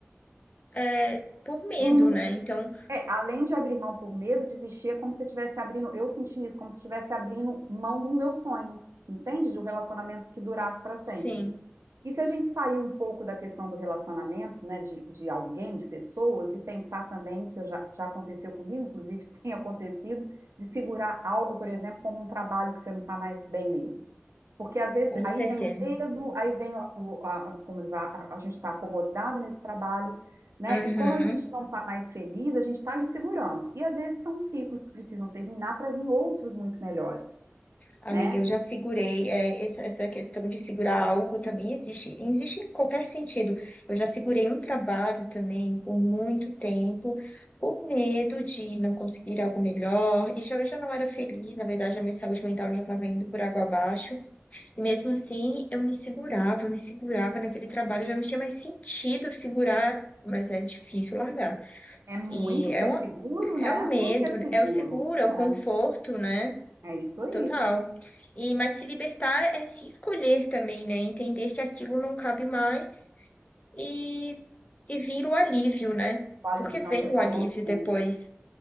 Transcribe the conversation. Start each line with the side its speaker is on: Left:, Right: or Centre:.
Left: é, por medo,
Right: Não- não-
Left: né? Então,
Right: é, além de abrir mão por medo, desistir é como se eu estivesse abrindo. Eu senti isso, como se eu estivesse abrindo mão do meu sonho, entende? De um relacionamento que durasse para sempre.
Left: sim,
Right: E se a gente sair um pouco da questão do relacionamento, né, de, de alguém, de pessoas, e pensar também, que eu já, já aconteceu comigo, inclusive <laughs> tem acontecido, de segurar algo, por exemplo, como um trabalho que você não está mais bem nele. Porque às vezes
Left: com
Right: aí
Left: certeza.
Right: vem o medo, aí vem o- a, a, a gente está acomodado nesse trabalho, né?
Left: Uhum.
Right: E como a gente não está mais feliz, a gente está ali segurando. E às vezes são ciclos que precisam terminar para vir outros muito melhores,
Left: Amiga,
Right: né?
Left: eu já segurei, é, essa, essa questão de segurar algo também existe, existe em qualquer sentido. Eu já segurei um trabalho também por muito tempo, por medo de não conseguir algo melhor, e já eu já não era feliz, na verdade, a minha saúde mental já estava indo por água abaixo, e mesmo assim eu me segurava, eu me segurava naquele trabalho, já não tinha mais sentido segurar, mas é difícil largar.
Right: É muito,
Left: E é
Right: porque
Left: uma
Right: é seguro,
Left: É
Right: né?
Left: o medo,
Right: Tudo que é seguro.
Left: né? é o seguro, é o
Right: É.
Left: conforto, né?
Right: É isso aí.
Left: Total. E mas se libertar é se escolher também, né? Entender que aquilo não cabe mais e e vir o alívio, né?
Right: O alívio,
Left: Porque vem
Right: não, você falou
Left: o alívio
Right: tudo.
Left: depois.